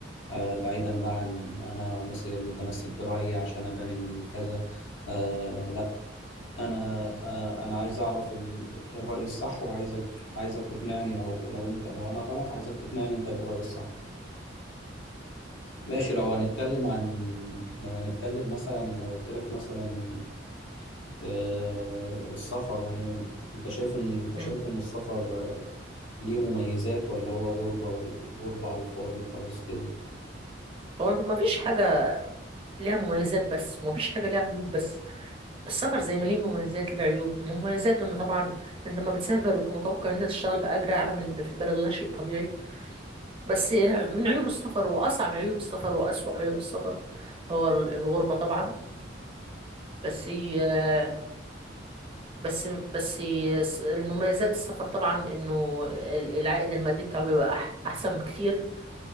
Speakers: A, on the left; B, on the right.
A: آه، بعيدا بقى عن انا مثلا متمسك برأيي عشان ابان ان كذا آه لا انا آه انا عايز اعرف ال- الرأي الصح وعايزك عايزك تقنعني لو لو انت لو انا غلط عايزك تقنعني انت بالرأي الصح ماشي لو هنتكلم عن لو هنتكلم مثلا لو قلت لك مثلا آه، السفر عموما انت شايف ان انت
B: مم.
A: شايف ان السفر ليه مميزات ولا هو غربة وغربة على الفاضي وخلاص كده
B: هو مفيش حاجه ليها مميزات بس ومفيش حاجه ليها عيوب بس السفر زي ما ليه مميزات ليه عيوب مميزاته ان طبعا انت لما بتسافر بتبقى متوقع ان انت تشتغل باجر اعلى من اللي في البلد وده شيء طبيعي بس من عيوب السفر واصعب عيوب السفر واسوأ عيوب السفر هو ال- الغربه طبعا بس آه، بس بس الس- المميزات السفر طبعا انه ال- العائد المادي بتاعه بيبقى أح احسن بكتير